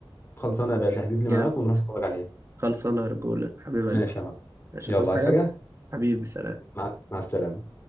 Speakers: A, on the left; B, on the right.
A: خلصانه يا باشا احجز
B: جامد
A: لي معاك ونروح نتفرج عليه
B: خلصانه يا رجوله حبيب
A: ماشي
B: قلبي
A: يا معلم
B: مش
A: يلا
B: هتصحى
A: عايز
B: حاجه
A: حاجه
B: حبيبي سلام
A: مع مع السلامه